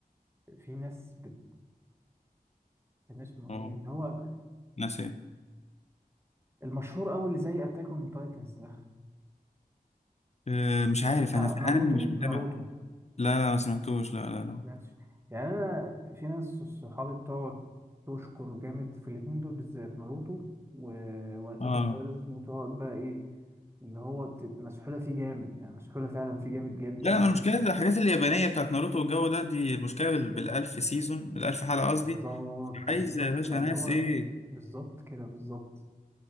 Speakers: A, on the right (about 15°); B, on the left (about 45°).
A: في ناس بت كان اسمه
B: اه
A: ايه اللي هو
B: ناس ايه
A: المشهور قوي اللي زي اتاك اون تايتنز ده
B: آه، مش
A: هو
B: عارف
A: بتاع
B: انا في الانمي
A: ناروتو
B: مش متابع
A: ناروتو
B: لا لا ما سمعتوش لا لا لا
A: ماشي يعني انا في ناس صحابي بتقعد تشكر جامد في الاتنين دول بالذات ناروتو و... واتاك
B: اه
A: اون تايتنز وتقعد بقى ايه اللي هو بت- مسحولة فيه جامد يعني مسحولة فعلا فيه جامد جدا
B: لا انا المشكله في الحاجات اليابانيه بتاعت ناروتو والجو ده دي المشكله بال- بالالف سيزون الالف حلقه قصدي
A: بالظبط
B: عايزة
A: بالظبط
B: يا باشا
A: فاللي
B: ناس
A: هو
B: ايه
A: بالظبط كده بالظبط